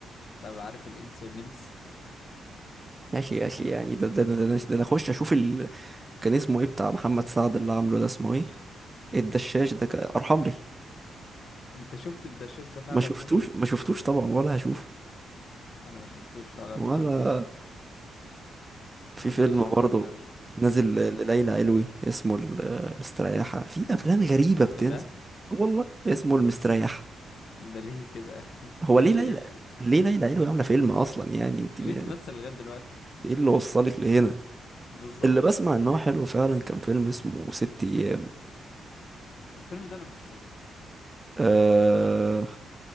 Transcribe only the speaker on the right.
يا اخي يا اخي يعني ده ده ده, ده, ده انا اخش اشوف ال كان اسمه ايه بتاع محمد سعد اللي عامله ده اسمه ايه الدشاش ده ك- ارحم لي
ما شفتوش
ما شفتوش طبعا ولا هشوفه
ولا
في
فيلم برضه
نازل
ل- لليلى علوي اسمه ال- المستريحة في أفلام غريبة بتنزل
والله اسمه المستريحة
هو
ليه
ليلى
ليه ليلى علوي عاملة فيلم أصلا يعني انت
م-
ايه اللي وصلك لهنا
اللي بسمع ان هو حلو فعلا كان فيلم اسمه ست أيام
آه...